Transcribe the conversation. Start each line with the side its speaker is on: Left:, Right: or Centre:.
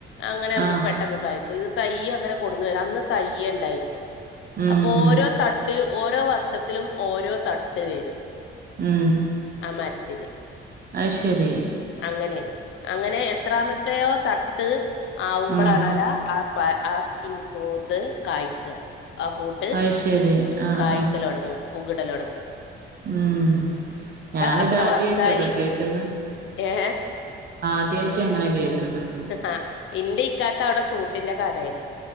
Left: അങ്ങനെ
Right: ആഹ്
Left: പെട്ടെന്ന് കായ്ക്കും ഇത് തയ്യങ്ങനെ കൊടുന്ന് വ അന്ന് തയ്യേണ്ടായിരുന്നുള്ളു.
Right: ഉം
Left: അപ്പൊ
Right: ഉം
Left: ഓരോ തട്ടിൽ ഓരോ വർഷത്തിലും ഓരോ തട്ട് വരും.
Right: ഉം.
Left: ആ മരത്തിന്
Right: അയ്‌ശെരി.
Left: അങ്ങനെയണ് അങ്ങനെ എത്രാമത്തെയോ തട്ട് ആവുമ്പോളാണാലാ
Right: ഉം
Left: ആ പ ആ ഉം ഫ്രൂത്ത് കായ്ക്കുക. ആ ഫ്രൂട്ട്
Right: അയ്ശരി ആഹ്
Left: കായ്ക്കലൊടങ്ങ് പുകിടലൊടങ്ങ്.
Right: മ്ഉം ഞാനിതാദ്യേട്ടോ
Left: അത്ര വർഷായി
Right: കേക്കന്നെ.
Left: ഏ
Right: ആദ്യയായിട്ട ഇങ്ങനെ കേക്ക്ന്നത്.
Left: ആഹ് ഇന്റെ ഇക്കാക്ക അവിടെ ഫ്രൂട്ടിന്റെ കടയാണ്